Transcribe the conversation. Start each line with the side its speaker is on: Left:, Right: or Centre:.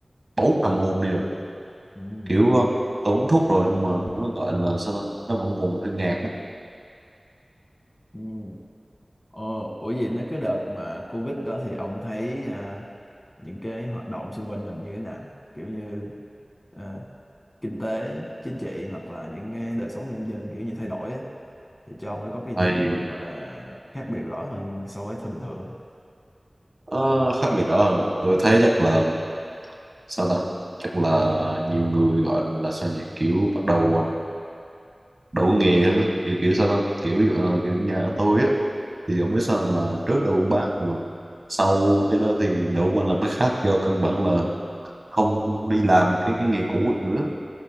Right: bốn năm hôm đi rồi
Left: ừ.
Right: kiểu uh, tôi uống thuốc rồi nhưng mà nó gọi là sao ta nó vẫn còn hơi ngạt á
Left: Ừ. Ờ, ủa gì nữa cái đợt mà Covid đó thì ông thấy à, những cái hoạt động xung quanh mình như thế nào kiểu như à, kinh tế chính trị hoặc là những cái đời sống của nhân dân kiểu như thay đổi á thì cho ông nó có cái gì
Right: thì
Left: mà gọi là khác biệt rõ hơn so với thời bình thường không
Right: uh, khác biệt đó hơn à. tôi thấy chắc là sao ta chắc là nhiều người gọi là sao nhỉ kiểu bắt đầu đậu nghề hơn á kiểu kiểu sao ta kiểu ví dụ là kiểu nhà tôi á thì ông biết sao không? là trước là buôn bán nhưng mà sau cái đó thì đậu qua làm cái khác do căn bản là không đi làm cái cái nghề cũ được nữa